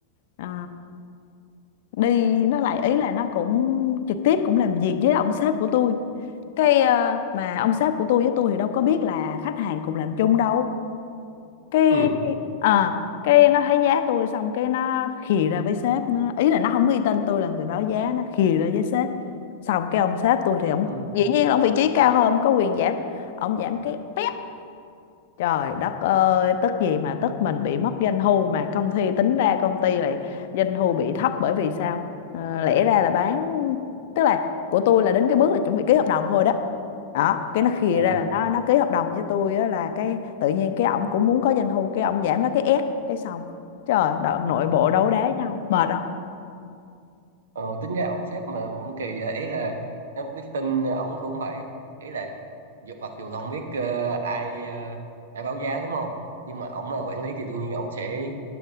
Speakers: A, on the left; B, on the right.
A: ờ, đi nó lại ý là nó cũng trực tiếp cũng làm việc với ông sếp của tôi cái ờ, mà ông sếp của tôi với tôi thì đâu có biết là khách hàng cùng làm chung đâu cái
B: ừ
A: à cái nó thấy giá tôi xong cái nó khì ra với sếp nó ý là nó không ghi tên tôi là người báo giá nó khì ra với sếp xong cái ông sếp tôi thì ông
B: ừ
A: dĩ nhiên là ông vị trí cao hơn ông có quyền giảm ông giảm cái pét Trời đất ơi, tức gì mà tức mình bị mất doanh thu mà công ty tính ra công ty lại doanh thu bị thấp bởi vì sao? Ờ, lẽ ra là bán tức là của tôi là đến cái bước là chuẩn bị ký hợp đồng thôi đó. Đó, cái nó khìa
B: à
A: ra là nó nó ký hợp đồng với tôi á là cái tự nhiên cái ổng cũng muốn có doanh thu cái ổng giảm nó cái ép cái xong. Trời, đợ- nội bộ đấu đá nhau, mệt không?
B: Ờ, tính ra ổng sếp mà cũng kỳ vậy ý là nó biết tin ổng cũng phải ý là dù, mặc dù là không biết ờ, ai ờ, ai báo giá đúng không nhưng mà ổng là quản lý thì đương nhiên ổng sẽ